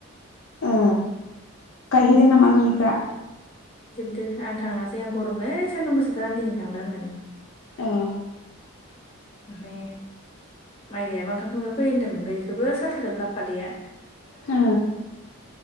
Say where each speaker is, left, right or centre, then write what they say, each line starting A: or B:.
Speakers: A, on the left; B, on the left.
A: ओ गायहैदों नामा न'निफ्रा?
B: ओ आं थाङासै आं गरम ओइ सानदुं गोसोथार आं दिनै थांला होननानै।
A: औ
B: बे माइ गाययाबा ओंखाम संनो फै होनदोंमोन ओमफाय इखौबो साथाखोनो लाफादैया
A: औ